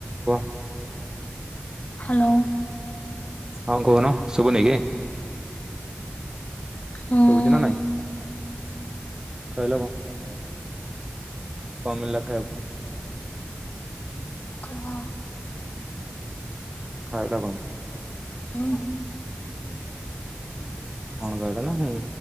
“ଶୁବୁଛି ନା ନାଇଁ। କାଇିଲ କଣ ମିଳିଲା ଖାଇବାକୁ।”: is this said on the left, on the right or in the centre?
Right